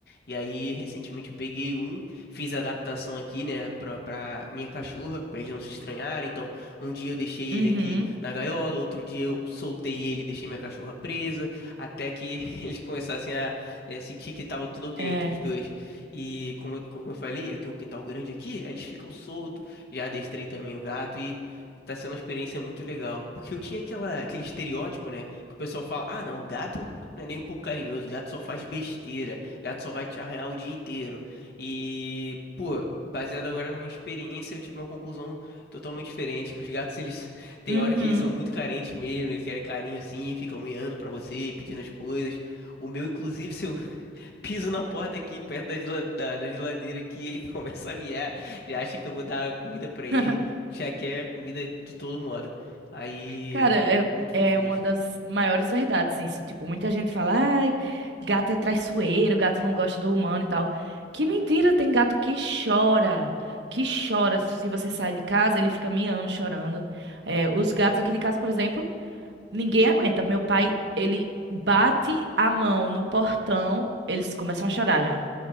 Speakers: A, on the left (about 60°); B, on the right (about 75°).
A: E aí, recentemente eu peguei um, fiz a adaptação aqui, né, pra, pra minha cachorra, pra eles não se estranharem. Então, um dia eu deixei
B: Uhum.
A: ele aqui na gaiola, outro dia eu soltei ele e deixei minha cachorra presa, até que <laughs> eles começassem a, é, sentir que tava tudo ok
B: É.
A: entre os dois. E como, eu- como eu falei, eu tenho um quintal grande aqui, aí eles ficam soltos, já adestrei também o gato e tá sendo uma experiência muito legal. Porque eu tinha aquela, aquele estereótipo, né? Que o pessoal fala, ah, não, o gato não é nem um pouco carinhoso, o gato só faz besteira, o gato só vai te arranhar o dia inteiro. E, pô, baseado agora na minha experiência, eu tive uma conclusão totalmente diferente. Os gatos, eles <laughs> tem
B: Uhum.
A: hora que são muito carentes mesmo, eles querem carinho assim, ficam miando pra você, pedindo as coisas. O meu, inclusive, se eu piso na porta aqui, perto da, gela- da- da geladeira aqui, ele <laughs> começa a miar, já acha que eu vou dar comida pra ele,
B: <laughs>
A: já quer comida de todo modo. Aí,
B: Cara, é,
A: são muito fofinhos.
B: é uma das maiores verdades isso. Tipo, muita gente fala, ai, gato é traiçoeiro, gato não gosta do humano e tal. Que mentira, tem gato que chora. Que chora. Se você sai de casa, ele fica miando, chorando. É, os gatos aqui de casa, por exemplo, ninguém aguenta. Meu pai, ele bate a mão no portão, eles começam a chorar já.